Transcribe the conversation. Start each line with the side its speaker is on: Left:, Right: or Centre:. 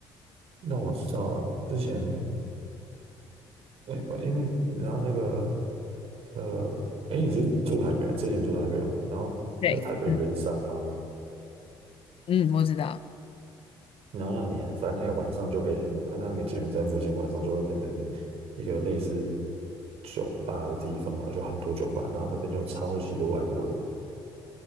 Right: 那我知道了，之前。哎，不因为然后那个呃，哎，你是住台北，之前住台北吗？然后在台北圆山吗？
Left: 对，嗯。嗯，我知道，
Right: 然后那里，反正那个晚上就可以，它那个捷运站附近晚上就会变成一个类似酒吧的地方，然后就很多酒吧，然后那边就有超级多外国人，